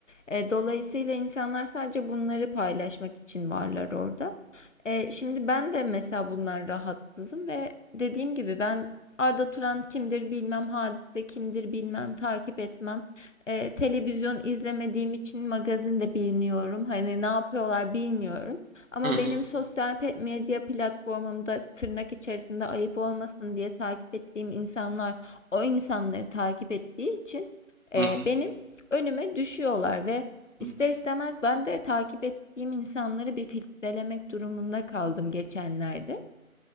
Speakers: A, on the left (about 60°); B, on the right (about 70°).
A: E, dolayısıyla insanlar sadece bunları paylaşmak için varlar orada. E, şimdi ben de mesela bundan rahatsızım ve dediğim gibi ben Arda Turan kimdir bilmem, Hadise kimdir bilmem, takip etmem. Ee, televizyon izlemediğim için magazin de bilmiyorum. Hani ne yapıyorlar bilmiyorum. Ama
B: Hı hı.
A: benim sosyal medya platformumda tırnak içerisinde ayıp olmasın diye takip ettiğim insanlar o insanları takip ettiği için e,
B: Hı hı.
A: benim önüme düşüyorlar ve ister
B: Hı.
A: istemez ben de takip ettiğim insanları bir filtrelemek durumunda kaldım geçenlerde.